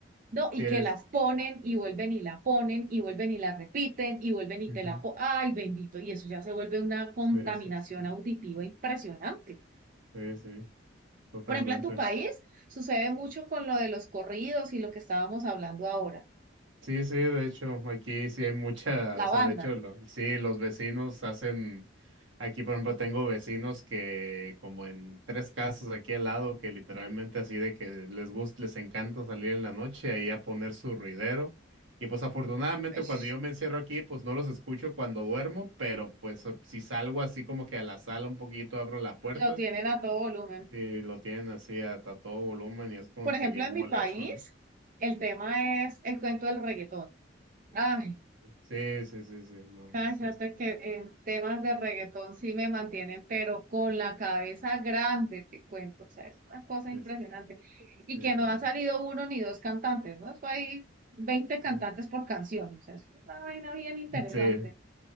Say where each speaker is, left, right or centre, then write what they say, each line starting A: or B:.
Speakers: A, on the right; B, on the right.
A: No,
B: sí
A: y
B: es.
A: que las ponen y vuelven y la ponen y vuelven y la repiten y vuelven y
B: ujú,
A: te la po- ¡Ay, bendito! Y eso ya se vuelve una contaminación
B: Sí, sí, sí,
A: auditiva impresionante.
B: sí, sí, totalmente.
A: Por ejemplo, en tu país sucede mucho con lo de los corridos y lo que estábamos hablando ahora.
B: Sí, sí, de hecho, aquí sí hay mucha,
A: La
B: o sea,
A: banda,
B: de hecho, lo- sí, los vecinos hacen, aquí por ejemplo tengo vecinos que como en tres casas aquí al lado, que literalmente así de que les gusta, les encanta salir en la noche ahí a poner su ruidero. Y pues afortunadamente
A: ¡ay!
B: cuando yo me encierro aquí, pues no los escucho cuando duermo, pero pues o- si salgo así como que a la sala un poquito, abro la puerta
A: lo tienen a todo volumen.
B: y lo tienen así a, a todo volumen y es como
A: Por ejemplo,
B: que bien
A: en mi
B: molesto,
A: país,
B: ¿no?
A: el tema es el cuento del reggaetón. Ay,
B: Sí, sí, sí, sí, sí, no.
A: Cállate
B: pues,
A: que en temas de reggaetón sí me mantienen, pero con la cabeza grande, te cuento. O sea, es una cosa
B: sí,
A: impresionante. Y
B: Eh,
A: que no han salido uno ni dos cantantes, ¿no? Eso hay 20 cantantes
B: <laughs>
A: por canción. O sea, es una vaina bien interesante.
B: Sí,